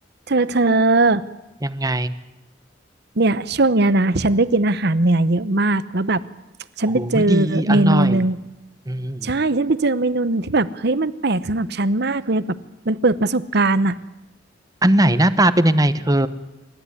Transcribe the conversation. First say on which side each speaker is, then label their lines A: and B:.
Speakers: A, on the right; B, on the right.
A: เธอเธอ
B: ยังไง
A: เนี่ยช่วงเนี้ยนะฉันได้กินอาหารเหนือเยอะมากแล้วแบบฉันไปเจอ
B: โอ้ยดีอร่อย
A: เมนูหนึ่ง
B: อืม
A: ใช่ฉันไปเจอเมนูหนึ่งที่แบบเฮ้ยมันแปลกสำหรับฉันมากเลยแบบมันเปิดประสบการณ์อ่ะ
B: อันไหนหน้าตาเป็นยังไงเธอ